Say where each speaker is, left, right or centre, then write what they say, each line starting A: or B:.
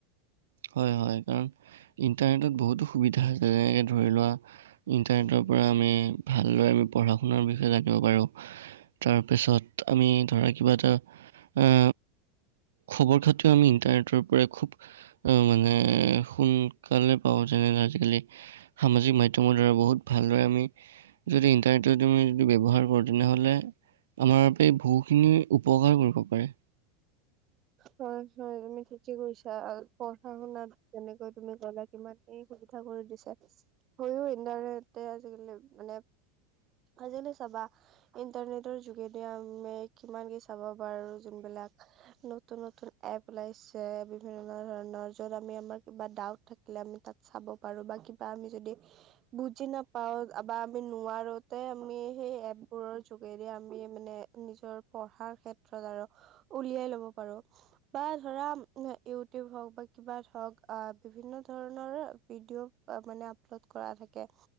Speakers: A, on the right; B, on the right.
A: হয় হয় কাৰণ ইণ্টাৰনেটত বহুতো সুবিধা আছে যেনেকে ধৰি লোৱা ইণ্টাৰনেটৰ পৰা আমি ভালদৰে আমি পঢ়া শুনাৰ বিষয়ে জানিব পাৰোঁ। তাৰপিছত আমি ধৰা কিবাটা এ খবৰ খতিৰও আমি ইণ্টাৰনেটৰ পৰাই খুব অ মানে সোনকালে পাওঁ যেনে ধৰা আজিকালি সামাজিক মাধ্যমৰ দ্বাৰা বহুত ভালদৰে আমি যদি ইণ্টাৰনেটৰ তুমি যদি ব্যৱহাৰ কৰ তেনেহ'লে আমাৰ বাবে বহুখিনি উপকাৰ কৰিব পাৰে।
B: হয় হয় তুমি ঠিকেই কৈছা আৰু পঢ়া শুনাত যেনেকৈ তুমি গ'লে কিমান কি সুবিধা কৰি দিছে হেই ইণ্টাৰনেটৰ আজিকালি মানে আজকালি চাবা ইণ্টাৰনেটৰ যোগেদি আমি কিমান কি চাব পাৰোঁ যোনবিলাক নতুন নতুন এপ ওলাইছে বিভিন্ন ধৰণৰ যত আমি আমাৰ কিবা ডাউট থাকিলে আমি তাত চাব পাৰো বা কিবা আমি যদি বুজি নাপাও বা আমি নোৱাৰোতে আমি সেই এপবোৰৰ যোগেদি আমি মানে নিজৰ পঢ়াৰ ক্ষেত্ৰত আৰু উলিয়াই লব পাৰো বা ধৰা ইউটোব হওক বা কিবা হওক আহ বিভিন্ন ধৰণৰে ভিডিঅ' ত মানে আপলোড কৰা থাকে।